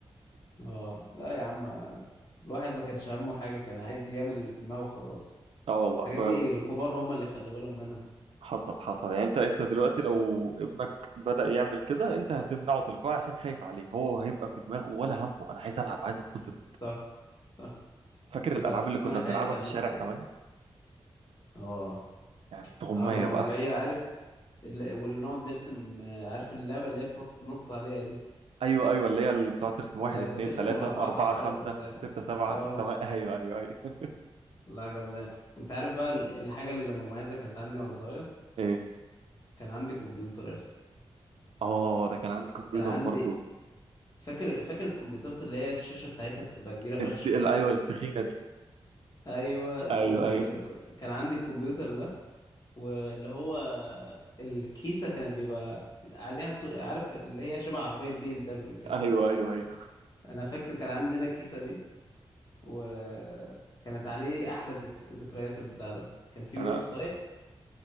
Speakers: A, on the left; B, on the right.
A: اه لا يا عم الواحد ما كانش همه حاجة كان عايز يعمل اللي في دماغه وخلاص
B: اه والله
A: الحاجات
B: ب-
A: دي الكبار هم اللي خلي بالهم منها
B: حصل حصل يعني انت انت دلوقتي لو ابنك بدأ يعمل كده انت هتمنعه تلقائي عشان خايف عليه هو هيبقى في دماغه ولا همه انا عايز العب عايز اتبسط
A: صح صح
B: فاكر
A: يبقى
B: الالعاب
A: اللي في
B: اللي
A: دماغك
B: كنا بنلعبها
A: عايز تعمله
B: في الشارع
A: خلاص
B: كمان
A: اه
B: يعني استغمايه
A: عظمة
B: بقى
A: اللي هي عارف اللي واللي نقعد نرسم آه، عارف اللعبة اللي هي بتقعد تنطط عليها دي
B: ايوه ايوه اللي هي اللي بتقعد ترسم
A: اللي
B: واحد اتنين
A: بترسم
B: تلاته
A: مربعات
B: اربعه
A: على الأرض
B: خمسه
A: وبتاع
B: سته سبعه
A: اه
B: استم... <laughs> ايوه ايوه ايوه
A: لا جمدان وانت عارف بقى ال- الحاجة المميزة كانت عندي وانا صغير
B: ايه
A: كان عندي كمبيوتر يا اسطى
B: اه ده كان عندي كمبيوتر
A: كان عندي
B: برضه
A: فاكر فاكر الكمبيوترات اللي هي الشاشة بتاعتها بتبقى كبيرة فشخ
B: الت... ال-
A: دي
B: ايوه التخينه دي
A: ايوه الكمب...
B: ايوه
A: الك-
B: ايوه
A: كان عندي الكمبيوتر ده واللي هو الكيسه كانت بيبقى عليها صور عارف اللي هي شبه عربيه البي ام دبليو كده
B: ايوه ايوه ايوه
A: انا فاكر كان عندنا الكيسه دي وكانت عليه احلى ذك... ذكريات البتاع ده كان في ويب
B: انا
A: سايت